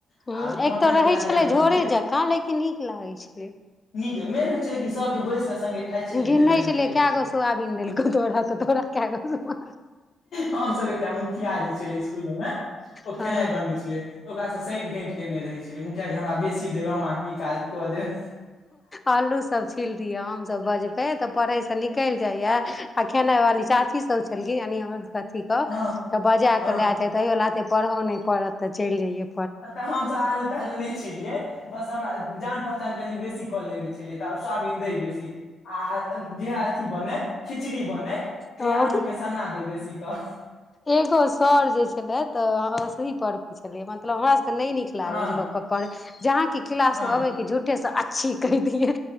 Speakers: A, on the left; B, on the left.
A: ह
B: आ
A: एक
B: मटर
A: तऽ रहै
B: वाला जहिया
A: छलै
B: बनै
A: झोरे
B: छै
A: जकाँ लेकिन नीक लागै छलै
B: नि मेलहचरे सब बैस कऽ सङगे खाइ छलिय
A: गिनै
B: ताहि दुआरे नीक
A: छलियै
B: लगै
A: कए
B: छलै
A: गो सोयाबीन देलकौ तोरा तऽ तोरा कए गो
B: हमस एकटा मुखिया जी छलै इसकुल मे ओ
A: हँ
B: खेनाइ बनबै छलै त ओकासँ संइत घइट के नहि रहै छलै मुखिया जे हमरा बेसी देबै हम ई काज कऽ देब
A: आलू सब छील दियै हमसभ बजबे तऽ पढ़े से निकल जाइया आ खेनाइ वाली चाची सब यानी अहा के कथीक त
B: हँ
A: बजा क
B: हँ
A: ल जाइ तैयो लाते पढ़ऽ नहि पड़त तऽ चलि जइयौ
B: अ तऽ हमस आलू तालू नहि छियै बस हमरा जान पहचान कनि बेसी कऽ लेने तऽ सोयाबीन द बेसी आ जेहा अथी बने खिचड़ी बनेै तहीया
A: हँ
B: आलू के सन्ना दे बेसी क
A: एगो सर जे छलै तऽ सही पर्व छलै मतलब हमरा सब नहि नीक लागे
B: हँ
A: छल लोक पढ़ जहाँ की क्लास
B: हँ
A: में अबे क झूठे से आच्छी कहि दियै